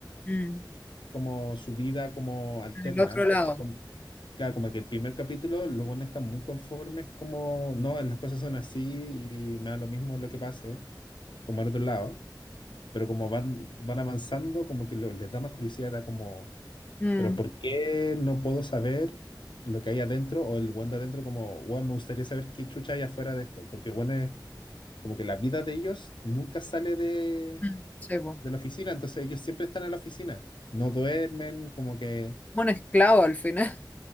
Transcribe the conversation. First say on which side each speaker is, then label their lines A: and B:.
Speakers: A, on the left; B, on the left.
A: Mm.
B: como su vida como alterna,
A: En el otro lado.
B: porque como- claro, como que el primer capítulo los buenos están muy conformes como, no, las cosas son así y me da lo mismo lo que pase, como al otro lado. pero como van, van avanzando, como que lo- les da más curiosidad, era como,
A: Mm.
B: pero ¿por qué no puedo saber lo que hay adentro o el weón de adentro como, weón, me gustaría saber qué chucha hay afuera de esto? Porque el es como que la vida de ellos nunca sale de,
A: Mm, Sí, po.
B: de la oficina, entonces ellos siempre están en la oficina, no duermen, como que,
A: Un esclavo al final,